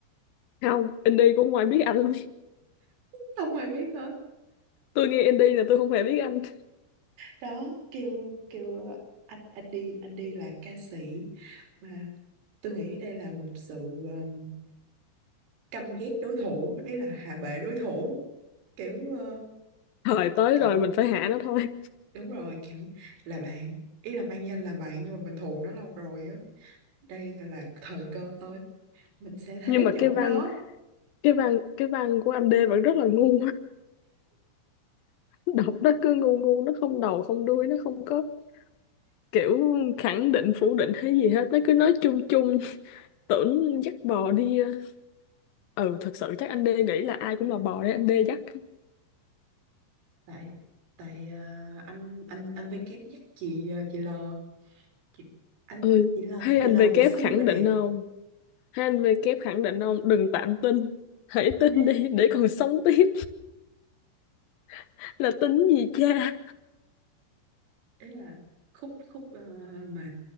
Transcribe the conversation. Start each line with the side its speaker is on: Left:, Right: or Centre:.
Left: không anh D cũng không ai biết anh luôn
Right: Không ai biết hết
Left: tôi nghe anh D là tôi không hề biết anh
Right: Đó kêu kêu anh, anh đi Anh đi là ca sĩ Mà tôi nghĩ đây là một sự um, Căm ghét đối thủ Ý là hạ bệ đối thủ kiểu ờ,
Left: thời tới
Right: kiểu,
Left: rồi mình phải hạ nó thôi
Right: đúng rồi kiểu là bạn ý là mang danh là bạn nhưng mà mình thù nó lâu rồi á đây gọi là thời cơ tới mình sẽ thế
Left: nhưng mà
Right: chỗ
Left: cái văn
Right: nó
Left: cái văn cái văn của anh D vẫn rất là ngu <laughs> đọc nó cứ ngu ngu nó không đầu không đuôi nó không có kiểu khẳng định phủ định hay gì hết nó cứ nói chung chung <laughs> tưởng dắt bò đi ờ. ừ thật sự chắc anh D nghĩ là ai cũng là bò đấy anh D dắt
Right: tại tại ờ, anh anh anh với kép dắt chị ờ, chị L chị, anh
Left: ừ
Right: chị L
Left: hay
Right: chị
Left: anh
Right: L
Left: V
Right: vừa
Left: kép
Right: xinh
Left: khẳng
Right: vừa đẹp
Left: định không hay anh V kép khẳng định không đừng tạm tin hãy tin
Right: ừ.
Left: đi để còn sống tiếp <laughs> là tin gì cha
Right: ý là khúc khúc ờ, mà